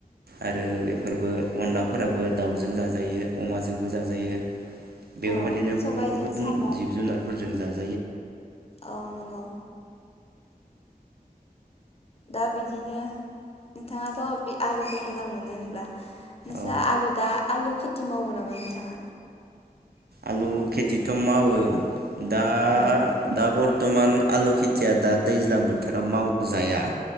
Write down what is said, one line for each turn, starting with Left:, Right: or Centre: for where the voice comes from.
Right: आरो बेफोरबो अनलाफोराबो दाउजों जाजायो अमाजोंबो जाजायो बेफोरबायदिनो
Left: औ सबायजों
Right: गुबुन गुबुन
Left: साम'
Right: जिब जुनारफोरजों जाजोब
Left: औ नंगौ दा बिदिनो नोंथाङाथ बे आलुखौ मोजां मोनो होनब्ला नोंस्रा
Right: औ
Left: आलु दा आलु खेथि मावो नामा नोंथाङा
Right: आलु खेथिथ मावो दा
Left: औ
Right: दा बर बरथमान आलु खेथिया दा दैज्लां बोथोरा मावजाया